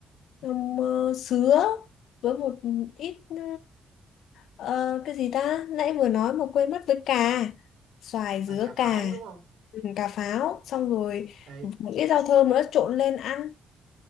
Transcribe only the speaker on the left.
um, ờ, sứa với một ít ờ, ờ, cái gì ta nãy vừa nói mà quên mất với cà xoài dứa
cà
ừ, cà pháo xong rồi
một ít rau thơm nữa trộn lên ăn